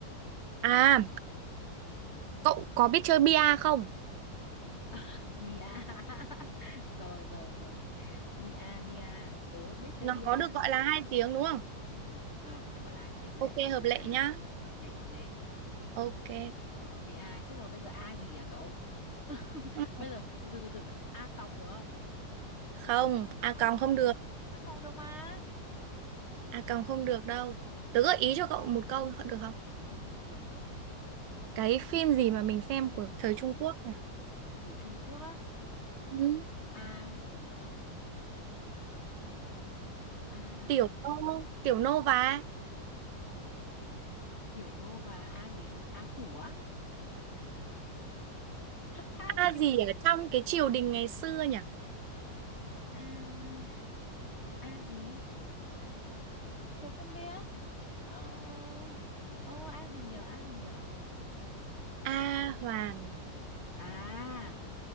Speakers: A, on the right; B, on the left.
A: à, cậu có biết chơi bia không?
B: <laughs> bia <laughs> rồi rồi rồi bia bia tớ biết chơi
A: Nó
B: bia
A: có được gọi là hai tiếng đúng không?
B: ừ, được được gọi là hai tiếng đấy
A: Ok
B: bia
A: hợp lệ nhá.
B: hợp lệ hợp lệ
A: Ok.
B: rồi bia chết rồi bây giờ a gì à cậu <laughs>
A: Ừ.
B: bây giờ từ từ từ từ a còng được không
A: Không, à
B: ừ,
A: còn không được.
B: a còng được mà
A: À còng không được đâu. Tớ gợi ý cho cậu một câu được không?
B: ừ, ừ, được được
A: Cái phim gì mà mình xem của thời Trung Quốc này?
B: từ Trung Quốc á
A: Ừ.
B: a gì nhở a
A: Tiểu Nô, Tiểu Nô và
B: Tiểu Nô và A gì? A Phủ á? a
A: A
B: gì?
A: gì ở trong cái triều đình ngày xưa nhỉ?
B: A A gì? Tôi không biết. Ờ, ờ A gì nhở? A gì nhở?
A: A Hoàn.
B: À,